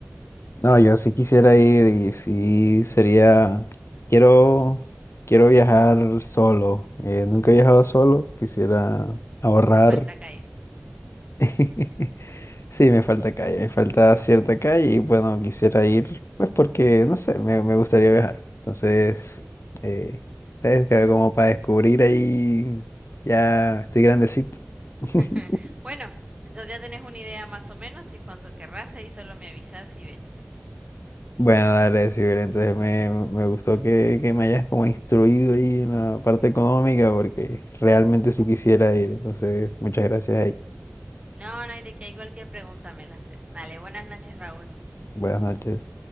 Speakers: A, on the left; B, on the right.
A: No, yo sí quisiera ir y sí sería, quiero, quiero viajar solo. Eh, nunca he viajado solo, quisiera ahorrar.
B: Te falta calle.
A: <laughs> Sí, me falta calle, me falta cierta calle y bueno, quisiera ir, pues porque, no sé, me, me gustaría viajar. Entonces, eh, es que como para descubrir ahí, ya estoy grandecito. <laughs>
B: <laughs> bueno, entonces ya tenés una idea más o menos y cuando querrás ahí solo me avisas y venís.
A: Bueno, dale, Sibel, entonces me, me gustó que, que me hayas como instruido ahí en la parte económica porque realmente sí quisiera ir. Entonces, muchas gracias ahí.
B: No, no hay de qué, hay cualquier pregunta me la haces. Dale, buenas noches, Raúl.
A: Buenas noches.